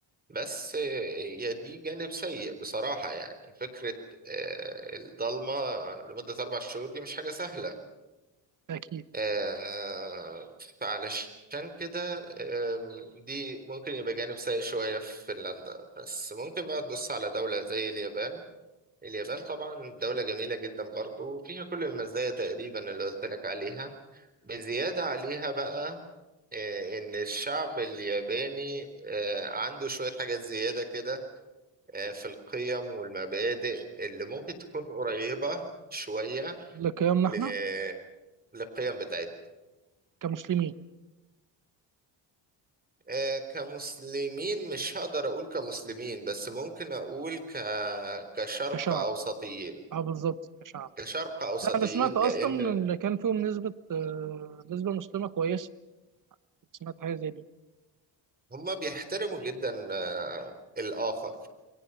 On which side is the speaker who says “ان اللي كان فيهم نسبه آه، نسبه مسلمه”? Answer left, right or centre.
Right